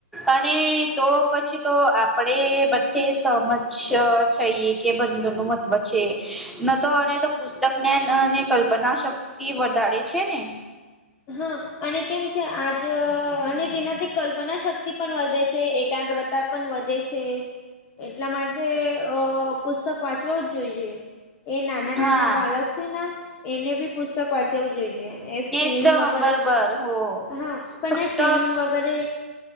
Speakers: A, in the centre; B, on the left.
A: અને તો પછી તો આપડે બધે સમજ છઈએ. કે બંધુ ન મહત્વ છે ન તો અને તો પુસ્તક જ્ઞાન અને કલ્પના શક્તિ વધારે છે ને
B: હા અને કેમ છે આજ અને તેનાથી કલ્પના શક્તિ પણ વધે છે એકાગ્રતા પણ વધે છે એટલા માટે અ પુસ્તક વાંચવા જ જોઈએ. એ નાના નાના
A: હા
B: બાળક છે ને એને બી પુસ્તક વાંચવું જોઈએ. ફિલ્મ
A: એકદમ‌
B: વગેરે
A: બરબર હો
B: હા પણ
A: ફક્ત
B: એ ફિલ્મ વગેરે